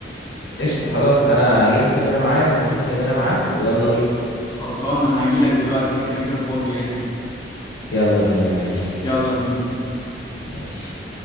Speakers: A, on the left; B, on the left.
A: قشطه خلاص انا هجيب الفيلم ده معايا وانت هات الفيلم ده معاك ويلا بينا
B: خلصان انا هجيلك دلوقتي انا كده كده فاضي يعني
A: يلا بينا ماشي
B: يلا
A: قشطة
B: بينا
A: ماشي